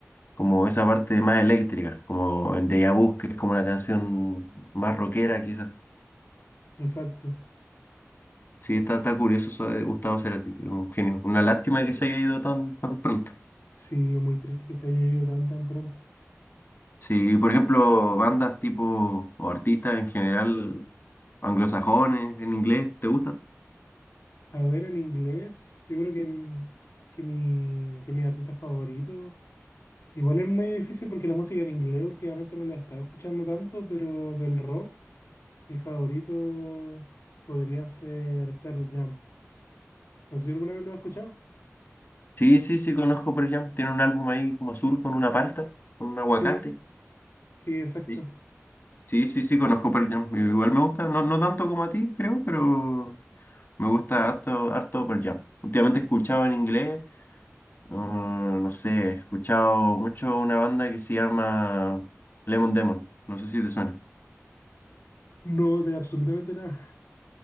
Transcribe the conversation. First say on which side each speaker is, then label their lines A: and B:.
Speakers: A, on the left; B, on the left.
A: como esa parte más eléctrica, como en Deja Vu, que es como una canción más rockera quizás.
B: exacto.
A: Sí, está, está curioso eso de Gustavo Cerati, un genio. Una lástima que se haya ido tan, tan pronto.
B: Sí, muy triste que se haya ido tan tan pronto.
A: Sí, por ejemplo, bandas tipo, o artistas en general, anglosajones, en inglés, ¿te gustan?
B: A ver, en inglés, yo creo que, m- que mi, que mi artista favorito. Igual es medio difícil porque la música en inglés últimamente no la he estado escuchando tanto, pero del rock, mi favorito podría ser Pearl Jam. No sé si alguna vez lo has escuchado.
A: Sí, sí, sí, conozco Pearl Jam. Tiene un álbum ahí como azul con una palta, con un aguacate.
B: Sí, sí, exacto.
A: Sí, sí, sí, sí, conozco Pearl Jam. Igual me gusta, no, no tanto como a ti, creo, pero me gusta harto, harto Pearl Jam. Últimamente he escuchado en inglés, mm, no sé, he escuchado mucho una banda que se llama Lemon Demon. No sé si te suena.
B: No de absolutamente nada.